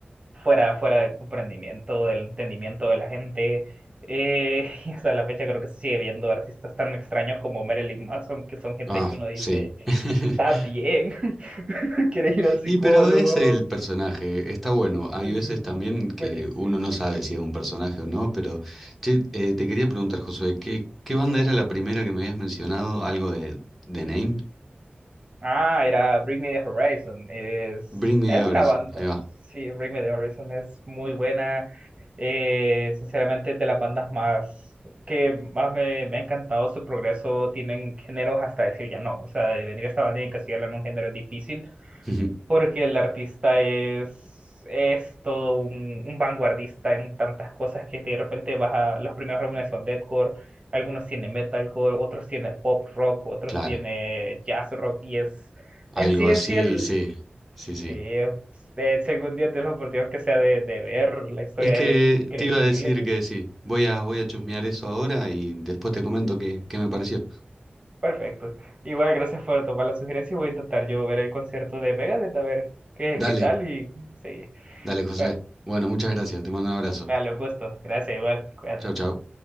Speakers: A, on the right; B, in the centre.
A: fuera, fuera del comprendimiento, del entendimiento de la gente. Eh, <laughs> y hasta la fecha creo que se sigue viendo artistas tan extraños como Marilyn Manson, que son gente
B: ah,
A: que uno dice,
B: sí. <laughs>
A: está bien, <laughs> quiere ir al psicólogo.
B: Y pero es el personaje, está bueno. Hay
A: Sí,
B: veces también que
A: buenísimo.
B: uno no sabe si es un personaje o no, pero che, eh, te quería
A: Mm,
B: preguntar, Josué, ¿qué, qué banda
A: Dime.
B: era la primera que me habías mencionado? ¿Algo de The Name?
A: Ah, era Bring Me the Horizon. Es,
B: Bring Me
A: es
B: the Horizon,
A: una banda.
B: ahí va.
A: Sí, Bring Me the Horizon es muy buena. Eh, sinceramente, es de las bandas más que más me, me ha encantado su progreso. Tienen géneros hasta decir ya no. O sea, de venir a esta banda y encasillarla en un género es difícil
B: <laughs>
A: porque el artista es, es todo un, un vanguardista en tantas cosas que de repente vas a, los primeros álbumes son deathcore, algunos tiene metalcore, otros tiene pop rock, otros
B: Claro,
A: tiene jazz rock, y es,
B: algo
A: en sí,
B: así,
A: en sí, el,
B: sí, sí,
A: sí,
B: sí.
A: es- eh, si algún día tienes la oportunidad que sea de, de ver la historia
B: Es que
A: de él, es increíble.
B: te iba a decir que sí, voy a, voy a chusmear eso ahora y después te comento qué, qué me pareció.
A: Perfecto. Igual, gracias por tomar la sugerencia y voy a intentar yo ver el concierto de Megadeth a ver qué,
B: Dale,
A: qué tal y sí.
B: dale, José.
A: Bueno,
B: Bueno, muchas gracias, te mando un abrazo.
A: dale, un gusto. Gracias, igual. Cuídate.
B: Chau, chau.